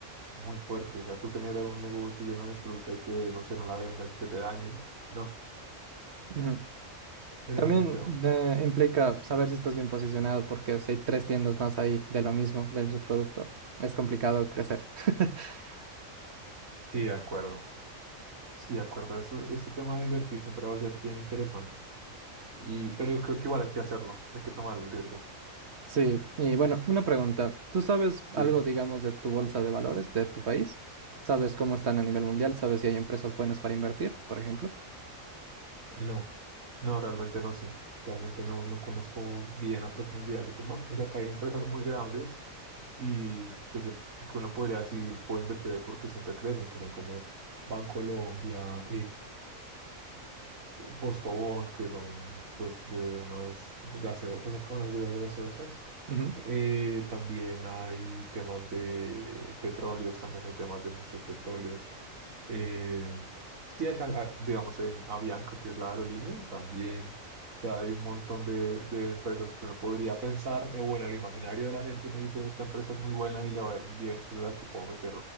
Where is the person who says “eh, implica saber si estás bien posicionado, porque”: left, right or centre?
Right